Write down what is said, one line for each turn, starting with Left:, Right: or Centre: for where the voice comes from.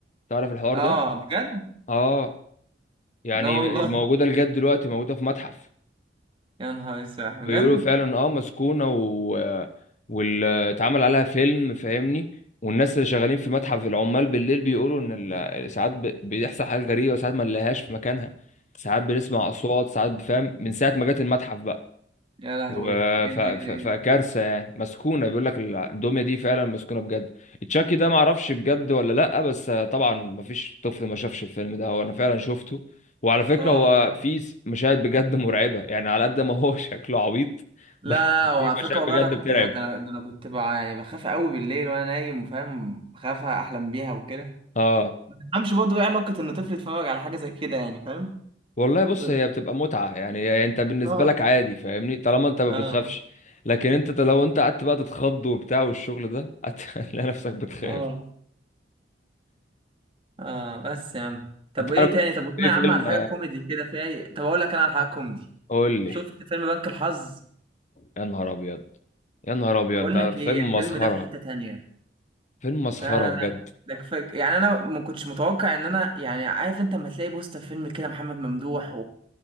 Left: تعرف الحوار
Right: اه
Left: ده
Right: بجد
Left: اه يعني
Right: لا والله
Left: موجودة لجد دلوقتي موجودة في متحف
Right: يا نهار اسود بجد
Left: بيقولوا فعلا اه مسكونة و... واتعمل عليها فيلم فاهمني والناس اللي شغالين في متحف العمال بالليل بيقولوا ان ال- ساعات ب... بيحصل حاجات غريبة وساعات ما نلاقيهاش في مكانها ساعات بنسمع اصوات ساعات بفهم من ساعة ما جت المتحف بقى
Right: يا لهوي
Left: و-
Right: ايه
Left: ف-
Right: ده
Left: ف-
Right: ايه ده ايه
Left: فكارثه
Right: ده
Left: يعني مسكونه بيقول لك الدميه دي فعلا مسكونه بجد تشاكي ده ما اعرفش بجد ولا لا بس طبعا ما فيش طفل ما شافش الفيلم ده هو انا فعلا شفته وعلى فكره
Right: اه
Left: هو في س- مشاهد بجد <laughs> مرعبه يعني على قد ما هو <laughs> شكله عبيط
Right: لا
Left: بس
Right: لا هو
Left: في
Right: على
Left: مشاهد
Right: فكرة والله
Left: بجد
Right: أنا كنت
Left: بترعب
Right: ب... ده أنا... ده أنا كنت ب... يعني بخاف قوي بالليل وأنا نايم فاهم بخاف أحلم بيها وكده
Left: اه
Right: ما تفهمش برضه إيه علاقة إن طفل يتفرج على حاجة زي كده يعني فاهم
Left: والله
Right: <laughs>
Left: بص
Right: بس-
Left: هي بتبقى متعه يعني هي انت بالنسبه
Right: اه
Left: لك عادي فاهمني طالما انت ما
Right: اه
Left: بتخافش لكن انت ت- لو انت قعدت بقى تتخض وبتاع والشغل ده <laughs> هتلاقي نفسك بتخاف
Right: اه اه بس يا عم طب
Left: انت
Right: إيه
Left: عارف
Right: تاني طب قلنا
Left: في
Right: يا
Left: فيلم
Right: عم على حاجة كوميدي كده في أي طب أقول لك أنا على حاجة كوميدي
Left: قول لي
Right: شفت فيلم بنك الحظ
Left: يا نهار ابيض يا نهار ابيض
Right: بقول
Left: ده
Right: لك
Left: فيلم
Right: إيه الفيلم
Left: مسخره
Right: ده في حتة تانية
Left: فيلم مسخره
Right: لا
Left: بجد
Right: لا لا ده كفاك يعني انا ما كنتش متوقع ان انا يعني عارف انت لما تلاقي بوستر فيلم كده محمد ممدوح